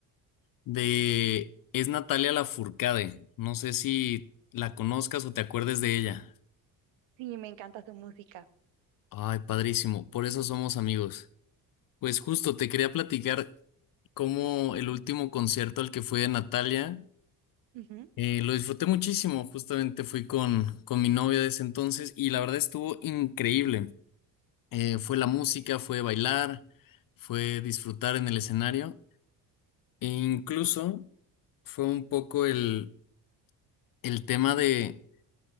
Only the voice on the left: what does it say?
de... es Natalia Lafourcade. No sé si la conozcas o te acuerdes de ella.
Ay, padrísimo, por eso somos amigos. Pues justo te quería platicar cómo el último concierto al que fui de Natalia.
Eh, lo disfruté muchísimo, justamente fui con, con mi novia de ese entonces y la verdad estuvo increíble. Eh, fue la música, fue bailar, fue disfrutar en el escenario e incluso fue un poco el, el tema de,